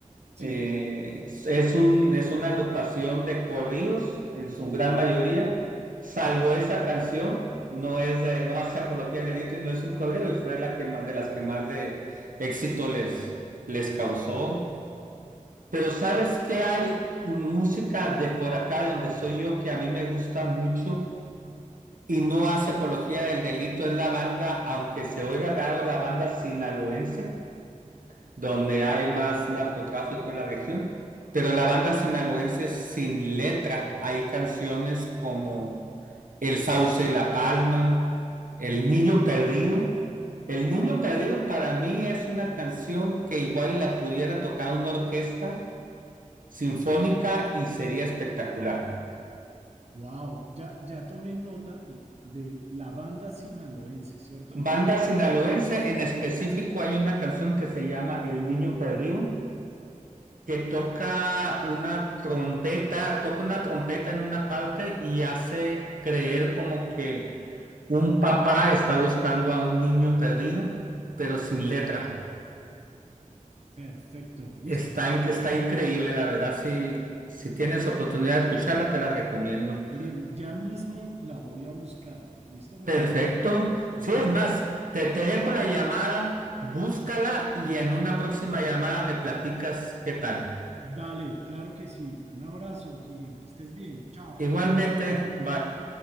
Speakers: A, on the right; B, on the right.
A: Sí,
B: Eh, es un, es una agrupación de corridos en su gran mayoría, salvo esa canción, no es de, no hace apología del delito y no es un corrido, y fue la que más, de las que más de éxito les, les causó. Pero ¿sabes qué hay? Música de por acá, de donde soy yo, que a mí me gusta mucho y no hace apología del delito, es la banda, aunque se oiga raro, la banda sinaloense donde hay más narcotráfico en la región. Pero la banda sinaloense sin letra. Hay canciones como El Sauce y la Palma, El Niño Perdido. El Niño Perdido para mí es una canción que igual la pudiera tocar una orquesta sinfónica y sería espectacular.
A: Wow, ya, ya tomé nota eh, de la banda sinaloense, ¿cierto?
B: Banda sinaloense, en específico hay una canción que se llama El Niño Perdido que toca una trompeta, toca una trompeta en una parte y hace creer como que un papá está buscando a un niño perdido, pero sin letra.
A: Perfecto, listo.
B: Está, in- está increíble, la verdad. Si, si tienes oportunidad de escucharla, te la recomiendo.
A: Miriam, ya mismo la voy a buscar, ¿listo? Porque,
B: Perfecto.
A: porque,
B: Sí, es más, te, te dejo la llamada, búscala y en una próxima llamada me platicas qué tal.
A: dale, claro que sí. Un abrazo, Miriam, que estés bien, chao.
B: Igualmente, bye.